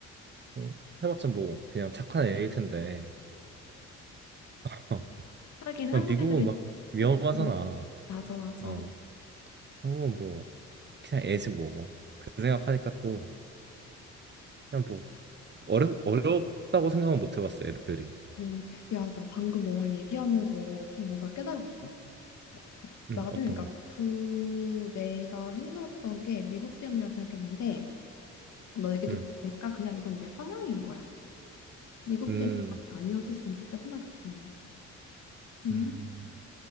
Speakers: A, on the right; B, on the left.
A: 어? 해봤자 뭐 그냥 착한 애일 텐데 <laughs>
B: 하긴
A: 어,
B: 한국
A: 미국은
B: 애들이,
A: 막 위험하잖아.
B: 그치? 맞아, 맞아.
A: 어 한국은 뭐 그냥 애지 뭐. 그 생각하니까 또 그냥 뭐 어렵 어렵다고 생각은 못 해봤어 애들이.
B: 어, 야, 나 방금 너랑 얘기하면서 좀 뭔가 깨달았어. 그- 나는
A: 음 어떤
B: 그러니까
A: 거?
B: 그 내가 힘들었던 게 미국 때문이라고 생각했는데 너 얘기 듣고
A: 음
B: 보니까 그냥 이건 내 성향인 거야. 미국
A: 음,
B: 때문이 아니었을 수 있겠다 생각이 드네. 음,
A: 음,